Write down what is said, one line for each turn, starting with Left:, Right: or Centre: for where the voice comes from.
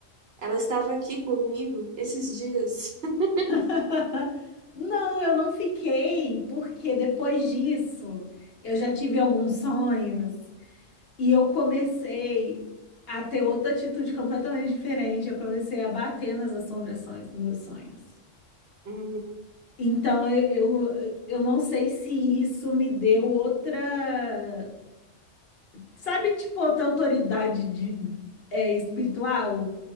Right: ela estava aqui comigo esses dias. <laughs>
Left: <laughs> Não, eu não fiquei, porque depois disso eu já tive alguns sonhos e eu comecei a ter outra atitude completamente diferente. Eu comecei a bater nas assombrações dos meus sonhos.
Right: Hum.
Left: Então eu, eu, eu não sei se isso me deu outra, sabe, tipo, outra autoridade de, é, espiritual?